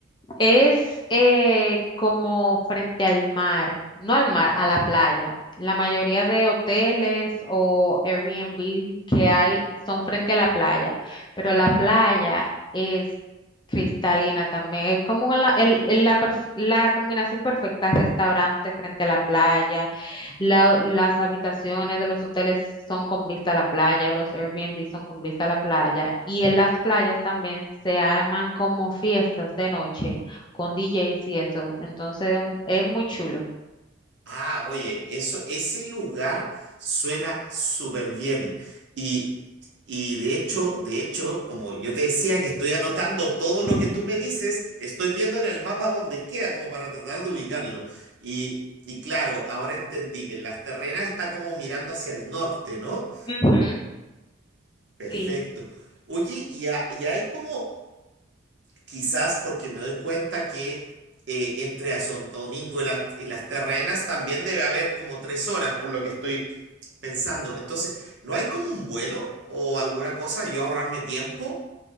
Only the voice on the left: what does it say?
Es eh, como frente al mar, no al mar, a la playa. La mayoría de hoteles o Airbnb que hay son frente a la playa, pero la playa es cristalina también. Es como la, el- el- la perf- la combinación perfecta, restaurante frente a la playa, la- las habitaciones de los hoteles son con vista a la playa, los Airbnb son con vista a la playa y en las playas también se arman como fiestas de noche con DJs y eso. Entonces um, es muy chulo.
<laughs>
Ujú.
Sí.